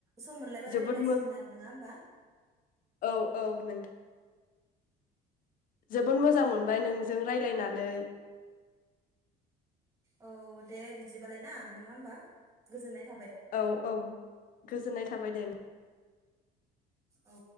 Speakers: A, on the right (about 15°); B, on the left (about 50°).
A: सम मोनलायबा
B: जोबोद
A: रायलायलायसिगोन
B: मो
A: आरो नोङा होमबा?
B: औ औ नोंथां। जोबोद मोजां मोनबाय नोंजों रायलायनानै।
A: औ दे बिदिबालाय ना नङा होमबा गोजोननाय थाबाय
B: औ औ। गोजोननाय थाबाय दे।
A: औ।